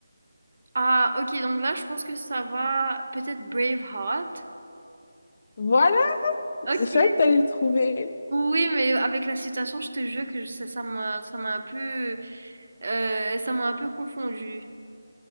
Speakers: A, on the right (about 50°); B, on the left (about 30°).
A: Ah, ok, donc là, je pense que ça va. Peut-être Braveheart.
B: Voilà,
A: Ok.
B: je savais que t'allais le trouver.
A: Oui, mais avec la citation, je te jure que ça, ça m'a, ça m'a un peu, euh, ça m'a un peu confondu.